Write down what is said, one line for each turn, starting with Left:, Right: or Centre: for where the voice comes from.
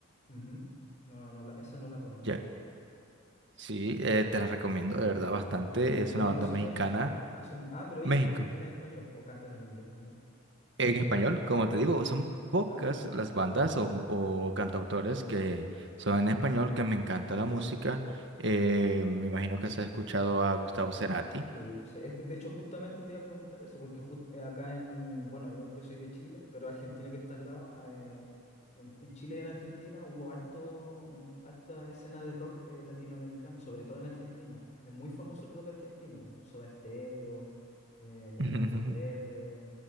Left: ujú. No, no, no, la- eso no la conozco.
Right: Ya, sí, eh, te la recomiendo de verdad bastante.
Left: ¿Y de
Right: Es
Left: de
Right: una
Left: dónde
Right: banda
Left: son
Right: mexicana.
Left: ellos? Ah, son, ah, pero ellos
Right: México.
Left: en español o cantan en inglés también.
Right: En español, como te digo, son pocas
Left: Ah.
Right: las bandas o, o cantautores que son en español, que me encanta la música. Eh, me imagino que has escuchado a Gustavo Cerati.
Left: Sí, pues es que de hecho justamente te iba a preguntar eso, porque jus- eh, acá en, bueno, yo, yo soy de Chile, pero Argentina que está al lado, eh, en, en Chile y en Argentina hubo harto, un- harta escena de rock eh, latinoamericano, sobre todo en Argentina. Es muy famoso el rock argentino, pues, Soda Stereo, eh, Los
Right: <laughs>
Left: Enanitos Verdes,